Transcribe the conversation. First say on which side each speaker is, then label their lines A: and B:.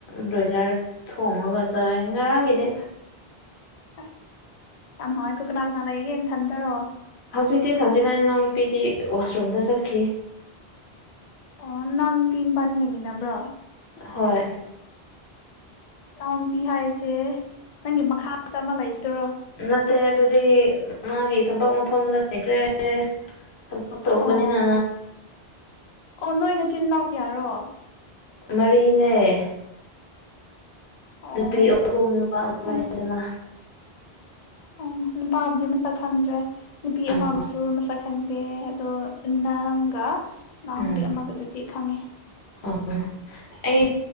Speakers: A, on the left (about 80°); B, on the left (about 55°).
A: ꯕ꯭ꯔꯣꯏꯂꯔ ꯊꯣꯡꯉꯒ ꯆꯥꯏ ꯉꯔꯥꯡꯒꯤꯅꯤꯗ
B: ꯑꯁ ꯌꯥꯝ ꯍꯥꯎꯋꯦꯀꯣ ꯀꯅꯥ ꯀꯅꯥ ꯂꯩꯒꯦ ꯅꯊꯟꯇꯔꯣ
A: ꯍꯧꯖꯤꯛꯇꯤ ꯏꯊꯟꯗꯅꯤꯗ ꯏꯅꯥꯎ ꯅꯨꯄꯤꯗꯤ ꯋꯥꯁꯔꯨꯝꯗ ꯆꯠꯈꯤ
B: ꯑꯣ ꯅꯥꯎꯅꯨꯄꯤ ꯕꯥꯅꯤ ꯂꯩꯃꯤꯟꯅꯕ꯭ꯔꯣ
A: ꯍꯣꯏ
B: ꯅꯥꯎ ꯅꯨꯄꯤ ꯍꯥꯏꯁꯦ ꯅꯪꯒꯤ ꯃꯈꯥꯗ ꯑꯃ ꯂꯩꯕꯗꯨꯔꯣ
A: ꯅꯠꯇꯦ ꯑꯗꯨꯗꯤ ꯃꯥꯒꯤ ꯊꯕꯛ ꯃꯐꯝꯗ ꯂꯩꯈ꯭ꯔꯦ ꯊꯕꯛ ꯇꯧꯕꯅꯤꯅ
B: ꯑꯣ ꯑꯣ ꯅꯣꯏ ꯅꯆꯤꯜ ꯏꯅꯥꯎ ꯀ꯭ꯌꯥꯔꯣ
A: ꯃꯔꯤꯅꯦ
B: ꯑꯣ
A: ꯅꯨꯄꯤ ꯑꯍꯨꯝ ꯅꯨꯄꯥ ꯑꯃꯅꯦꯗꯅ
B: ꯑꯩ ꯑꯣ ꯅꯨꯄꯥꯕꯨꯗꯤ ꯃꯁꯛ ꯈꯪꯗ꯭ꯔꯦ ꯅꯨꯄꯤ
A: ꯑꯣ
B: ꯑꯃꯕꯨꯁꯨ ꯃꯁꯛ ꯈꯪꯗꯦ ꯑꯗꯣ ꯅꯪꯒ ꯅꯥꯎ
A: ꯎꯝ
B: ꯄꯤ ꯑꯃꯒꯗꯨꯗꯤ ꯈꯪꯉꯦ <unintelligible>
A: ꯑꯣ ꯑꯩ